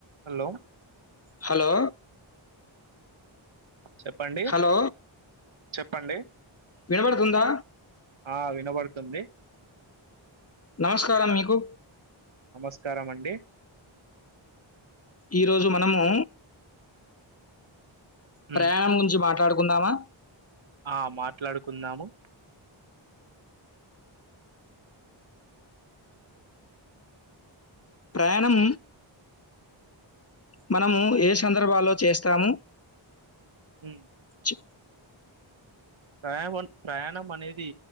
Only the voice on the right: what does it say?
హలో
చెప్పండి
చెప్పండి
ఆ వినబడుతుంది
నమస్కారం అండి
ఉమ్,
ఆ మాట్లాడుకుందాము
హ్మ్
ప్రయావణ్ ప్రయాణం అనేదీ